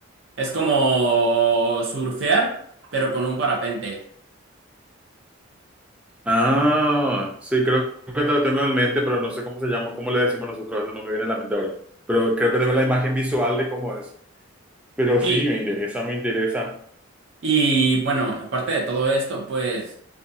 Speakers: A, on the right (about 60°); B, in the centre.
A: Es como surfear, pero con un parapente.
B: Ah, sí, creo que lo tengo en mente, pero no sé cómo se llama, cómo le decimos nosotros, eso no me viene a la mente ahora. Pero creo que tengo la imagen visual de cómo es. Pero
A: Sí.
B: sí, me interesa, me interesa.
A: Y bueno, aparte de todo esto, pues